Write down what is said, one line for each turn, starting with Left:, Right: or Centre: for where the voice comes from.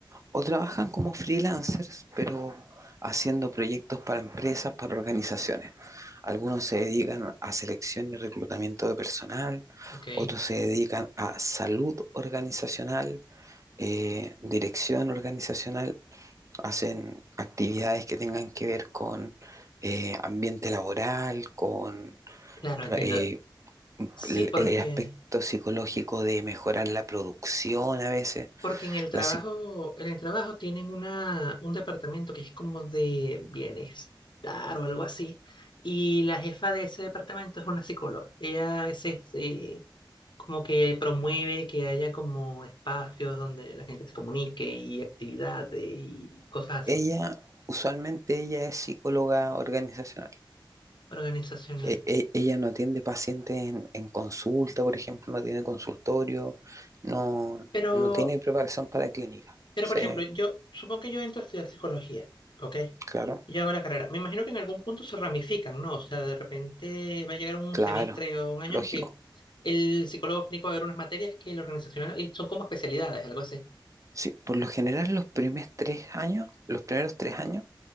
Right: o trabajan como freelancers, pero haciendo proyectos para empresas, para organizaciones. Algunos se dedican a selección y reclutamiento de personal,
Left: ok.
Right: otros se dedican a salud organizacional, eh, dirección organizacional, hacen actividades que tengan que ver con eh, ambiente laboral, con
Left: Claro, entiendo.
Right: eh,
Left: Sí,
Right: el,
Left: porque...
Right: el aspecto psicológico de mejorar la producción a veces.
Left: Porque en el trabajo,
Right: La
Left: en el trabajo tienen una, un departamento que es como de bienestar o algo así. Y la jefa de ese departamento es una psicóloga. Ella a veces eh, como que promueve que haya como espacios donde la gente se comunique y actividades y cosas
Right: ella,
Left: así,
Right: usualmente ella es psicóloga organizacional.
Left: organizacional.
Right: E- e- ella no atiende pacientes en, en consulta, por ejemplo, no tiene consultorio, no,
Left: Pero
Right: no tiene preparación para clínica.
Left: Pero,
Right: Sí,
Left: por ejemplo, yo supongo que yo entro a estudiar psicología, ¿ok?
Right: claro,
Left: Y yo hago la carrera. Me imagino que en algún punto se ramifican, ¿no? O sea, de repente va a llegar un
Right: claro,
Left: semestre o un año
Right: lógico.
Left: en que el psicólogo clínico va a ver unas materias que el organizacional y son como especialidades, algo así.
Right: Sí, por lo general los primeros tres años, los primeros tres años,